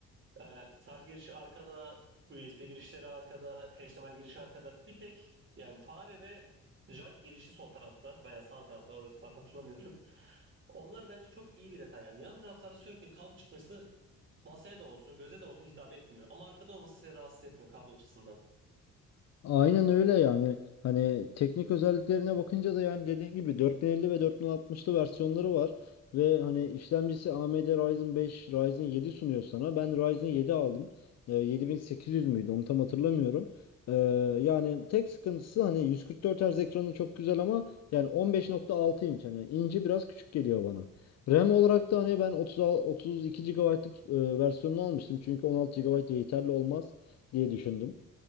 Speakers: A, on the right (about 40°); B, on the left (about 60°).
A: Ee, şarj girişi arkada, USB girişleri arkada, HDMI girişi arkada. Bir tek yani fare ve jack girişi sol tarafta veya sağ tarafta orası tam hatırlamıyorum. Onlar bence çok iyi bir detay yani. Yan taraflarda sürekli bir kablo çıkması masaya da olsun, göze de olsun hitap etmiyor. Ama arkada olması seni rahatsız etmiyor kablo açısından.
B: Aynen öyle yani. Hani teknik özelliklerine bakınca da yani dediğim gibi 4050 ve 4060'lı versiyonları var. Ve hani işlemcisi AMD Ryzen 5, Ryzen 7 sunuyor sana. Ben Ryzen 7 aldım. Ee, 7800 müydü onu tam hatırlamıyorum. Ee, yani tek sıkıntısı hani 144 Hz ekranı çok güzel ama yani 15.6 inç hani inci biraz küçük geliyor bana. RAM olarak da hani ben 30, al- 32 GB'lık versiyonunu almıştım. Çünkü 16 gigabayt yeterli olmaz diye düşündüm.